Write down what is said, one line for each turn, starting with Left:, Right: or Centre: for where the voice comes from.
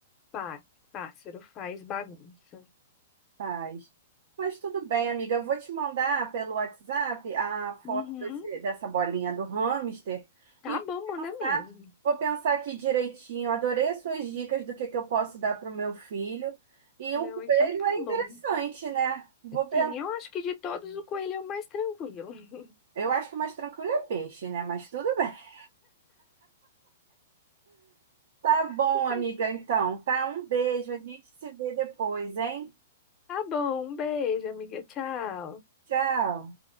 Left: Pá, pássaro faz bagunça.
Right: Faz. Mas tudo bem, amiga. Eu vou te mandar pelo WhatsApp a
Left: Uhum.
Right: foto desse- dessa bolinha do hamster
Left: Tá
Right: e
Left: bom, manda
Right: vou pensar,
Left: mesmo.
Right: vou pensar aqui direitinho. Adorei as suas dicas do que, que eu posso dar para o meu filho. E
Left: Não,
Right: o coelho
Left: então tá
Right: é interessante,
Left: bom.
Right: né? Vou pensar.
Left: Sim, eu acho que de todos o coelho é o mais tranquilo. <laughs>
Right: Eu acho que o mais tranquilo é peixe, né? Mas tudo bem. <laughs> Tá bom,
Left: Um
Right: amiga,
Left: beijo.
Right: então. Tá? Um beijo. A gente se vê depois, hein?
Left: Tá bom, um beijo, amiga. Tchau.
Right: Tchau.